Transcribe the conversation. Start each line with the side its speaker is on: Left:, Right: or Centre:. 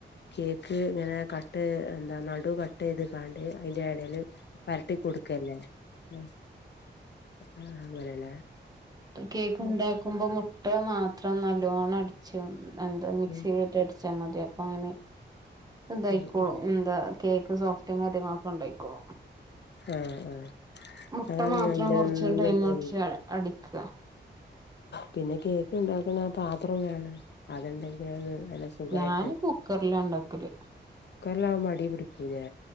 Left: കേക്ക് ഇങ്ങനെ കട്ട് എന്താ നടു കട്ടെയ്ത് കാണ്ട് ഐന്റെ എടേല് പര്ട്ടി കൊട്ക്കല്ലേ ആഹ് ആഹ് അങ്ങനെലെ
Right: കേക്കുണ്ടാക്കുമ്പോ മുട്ട മാത്രം നല്ലോണം അടിച്ചാ എന്താ മിക്സീല്ട്ട്
Left: ഉം
Right: അടിച്ചാമതി അപ്പ അങ്ങനെതായ്ക്കോളും
Left: ഉം ഉം
Right: എന്താ കേക്ക് സോഫ്റ്റും കാര്യങ്ങളൊക്കെണ്ടയ്ക്കോളും
Left: ആ ആ
Right: മുട്ട
Left: അതാണ്
Right: മാത്രം
Left: ഞാന്റെന്നും
Right: കുറച്ച് ടൈം
Left: പൊന്തും
Right: പിടിച്ച് അടിക്കുക
Left: പിന്നെ കേക്ക് ണ്ടാക്ക്‌ണ ആ പാത്രം വേണം അത്ണ്ടെങ്കിലാണ് നല്ല സുഖായിട്ട്
Right: ഞാന് കുക്കറിലാണ്ടാക്കല്
Left: കുക്കറിലാവുമ്പോ അടീപിടിക്കൂ ലെ